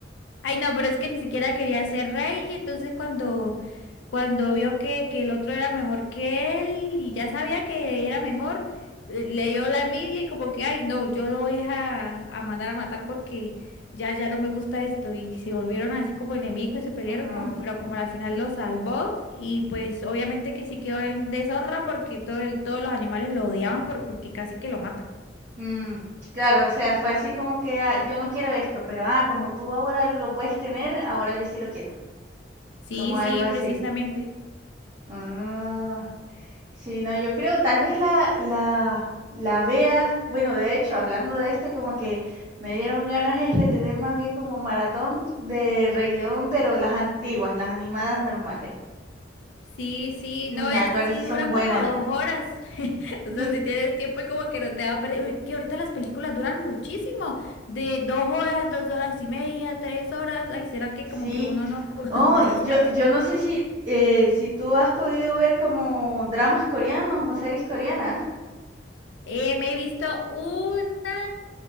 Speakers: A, on the left (about 75°); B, on the right (about 35°).
A: Ay, no, pero es que ni siquiera quería ser rey, y entonces cuando, cuando vio que, que el otro era mejor que él y ya sabía que era mejor, eh, le dio la envidia y como que, ay, no, yo lo voy a, a mandar a matar porque ya, ya no me gusta esto. Y se volvieron así como enemigos y se pelearon,
B: Mm,
A: como, pero como al final lo salvó y pues obviamente que sí quedó en deshonra porque todo el- todos los animales lo odiaban por, porque casi que lo mata.
B: mm, claro, o sea, fue así como que, ah, yo no quiero esto, pero ah, como tú ahora lo puedes tener, ahora yo sí lo quiero,
A: Sí,
B: como algo
A: sí,
B: así.
A: precisamente.
B: Ah, sí, no, yo creo, tal vez la, la, la vea, bueno, de hecho, hablando de esto, como que me dieron ganas es de tener más bien como maratón de Rey León, pero las antiguas, las animadas normales.
A: Sí, sí,
B: Y
A: no,
B: Me
A: esta
B: acuerdo,
A: sí
B: esas
A: dura
B: son buenas.
A: como dos horas. <laughs>
B: <laughs>
A: O sea, si tienes tiempo y como que no te da... pre- Uy, que ahorita las películas duran muchísimo. De dos horas, dos horas y media, tres horas. Ay, ¿será que
B: Sí,
A: como que uno no, <laughs>
B: Oh,
A: no
B: y
A: descansa?
B: yo yo no sé si, eh, si tú has podido ver como dramas coreanos o series coreanas.
A: Eh, me he visto una